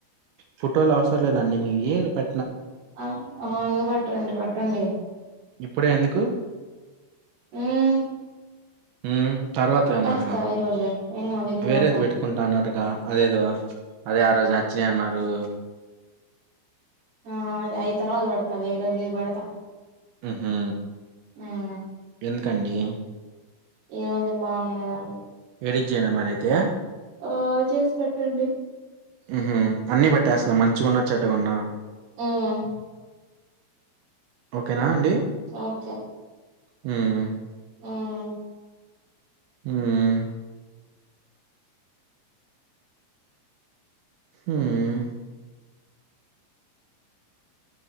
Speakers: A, on the right; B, on the right.
A: ఫోటోలు అవసరం లేదా అండి మీయి పె
B: ఆ ముందు పట్టండి పట్టండి
A: ఇప్పుడే ఎందుకు
B: మ్మ్
A: మ్మ్ తర్వాతే
B: పెట్టేస్తా
A: అన్నారుగా
B: ఈ రోజే ఏం కాదు ఈ రోజు
A: వేరేది
B: పడతా
A: పెట్టుకుంటా అన్నారు గ అదేదో అదే ఆ రోజు నచ్చినీ అన్నారు
B: ఆ అ అయ్ తర్వాత బెడతాలె ఈ రజు ఇది బెడతా
A: మ్ హు
B: మ్మ్
A: ఎందుకండి
B: ఈ రోజు బావున్నాయ్ కదా అందుకు
A: ఇరిజినా మ్యాన్ అయితే
B: ఓ చేసి పెట్టండి
A: మ్ హు అన్ని బెట్టేస్తున్నా మంచిగున్నా చెడ్డగున్నా
B: మ్మ్
A: ఓకేనా అండి
B: ఓకే
A: మ్మ్
B: మ్మ్
A: మ్మ్ ఉమ్మ్